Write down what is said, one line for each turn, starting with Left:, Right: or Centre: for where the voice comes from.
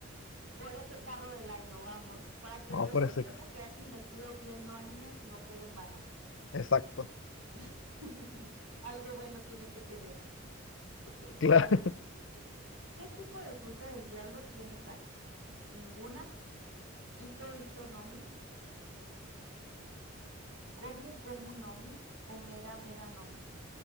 Right: por ese carro del año, vamos, para que
Left: Vamos
Right: ese
Left: por ese.
Right: tiempo que has invertido viendo animes no quede en vano.
Left: Exacto.
Right: <laughs> Algo bueno tiene que tener. Ok,
Left: Claro.
Right: ahí va la siguiente. ¿Qué tipo de fruta del diablo tiene Frankie? Ninguna. Ito Ito Nomi, Gomu Gomu Nomi o Mera Mera Nomi.